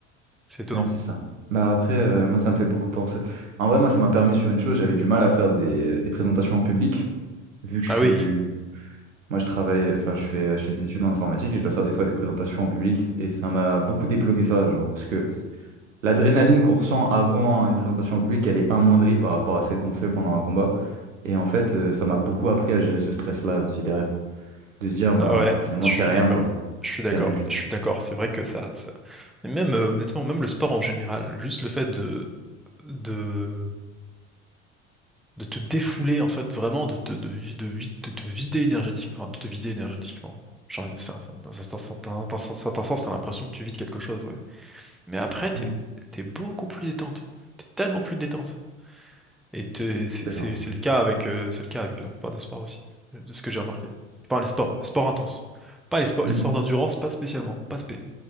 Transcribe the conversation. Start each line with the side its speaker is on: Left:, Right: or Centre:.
Centre: c'est étonnant.
Right: Ouais, c'est ça. Bah après, euh, moi, ça me fait beaucoup penser. En vrai, moi, ça m'a permis sur une chose, j'avais du mal à faire des, des présentations en public, vu que
Centre: Ah
Right: je suis...
Centre: oui,
Right: Moi, je travaille, enfin, je fais, je fais des études en informatique et je dois faire des fois des présentations en public. Et ça m'a beaucoup débloqué ça, genre, parce que l'adrénaline qu'on ressent avant une présentation en public, elle est amoindrie par rapport à celle qu'on fait pendant un combat. Et en fait, euh, ça m'a beaucoup appris à gérer ce stress-là aussi derrière. De se dire,
Centre: ah
Right: bah,
Centre: ouais,
Right: finalement,
Centre: je
Right: c'est
Centre: suis
Right: rien,
Centre: d'accord.
Right: quoi.
Centre: Je suis
Right: C'est
Centre: d'accord,
Right: rien du tout.
Centre: je suis d'accord. C'est vrai que ça, ça... Et même, euh, honnêtement, même le sport en général, juste le fait de, de, de te défouler, en fait, vraiment, de te, de, vi- de, vi- de te vider énergétiquement, enfin, de te vider énergétiquement. Genre, ça- dans un certain sens- dans un certain sens, t'as l'impression que tu vides quelque chose, ouais. Mais après, t'es,
Right: Mhm.
Centre: t'es beaucoup plus détente. T'es tellement plus détente. Et t'es- c'est
Right: C'est
Centre: c'est-
Right: ça.
Centre: c'est le cas avec, euh, c'est le cas avec la plupart des sports aussi, de ce que j'ai remarqué. Je les sports, les sports intenses. Pas les sports,
Right: Mhm.
Centre: les sports d'endurance, pas spécialement, pas spé.